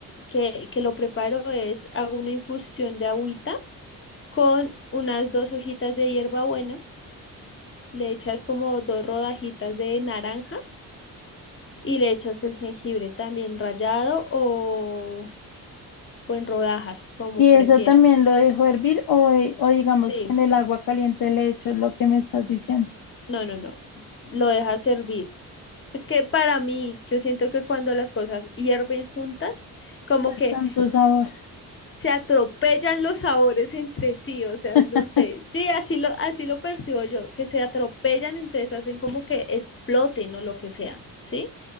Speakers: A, on the left (about 30°); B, on the left (about 50°).
A: que, que lo preparo es hago una infusión de agüita con unas dos hojitas de hierbabuena, le echas como dos rodajitas de naranja y le echas el jengibre también rallado o, o en rodajas, como
B: ¿Y
A: prefieras.
B: eso también lo dejo hervir o, eh, o digamos
A: Sí,
B: que en el agua caliente le echo lo que me estás diciendo?
A: no, no, no. Lo dejas hervir Es que para mí, yo siento que cuando las cosas hierven juntas, como
B: Sueltan
A: que
B: su sabor.
A: se atropellan los sabores entre sí, o sea,
B: <laughs>
A: no sé, sí, así lo, así lo percibo yo, que se atropellan, entonces hacen como que exploten o lo que sea, ¿sí?